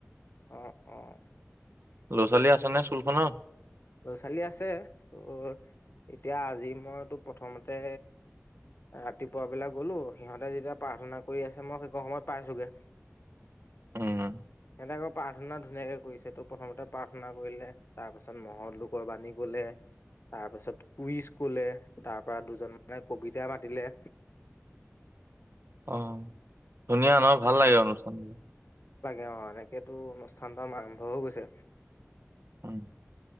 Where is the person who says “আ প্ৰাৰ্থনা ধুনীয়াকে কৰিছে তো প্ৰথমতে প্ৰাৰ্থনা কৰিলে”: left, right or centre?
Left